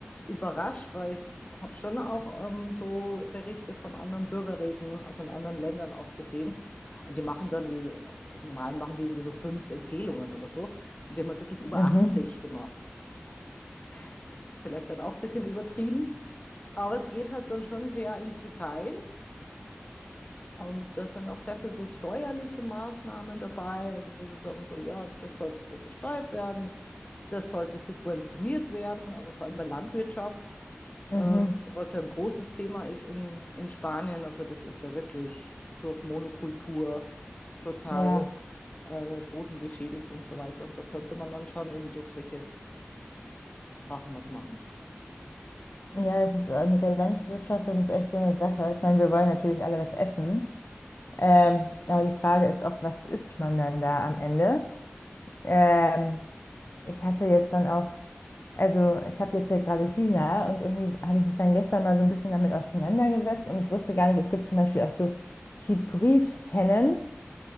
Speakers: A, on the left; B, on the left.
A: überrascht, weil ich habe schon auch ähm, so Berichte von anderen Bürgerräten, also in anderen Ländern auch gesehen. Und die machen dann die, also normal machen die irgendwie so fünf Empfehlungen oder so. Und die haben halt wirklich über
B: Mhm,
A: 80 gemacht. <laughs> ist vielleicht dann auch ein bisschen übertrieben. Aber es geht halt dann schon sehr ins Detail. Und da sind auch sehr viel so steuerliche Maßnahmen dabei, also wo sie sagen so, ja, das sollte besteuert werden, das sollte subventioniert werden, also vor allem bei Landwirtschaft,
B: mhm,
A: ähm, was ja ein großes Thema ist in, in Spanien. Also das ist ja wirklich durch Monokultur total
B: ja.
A: äh, bodenbeschädigt und so weiter. Und da könnte man dann schon eben durch solche Sachen was machen.
B: Ja, das ist äh, mit der Landwirtschaft, das ist echt so eine Sache. Ich meine, wir wollen natürlich alle was essen, ähm, aber die Frage ist auch, was isst man dann da am Ende? Ähm, Ich hatte jetzt dann auch, also ich habe jetzt hier gerade Hühner und irgendwie habe ich mich dann gestern mal so ein bisschen damit auseinandergesetzt und ich wusste gar nicht, es gibt zum Beispiel auch so Hybrid-Hennen.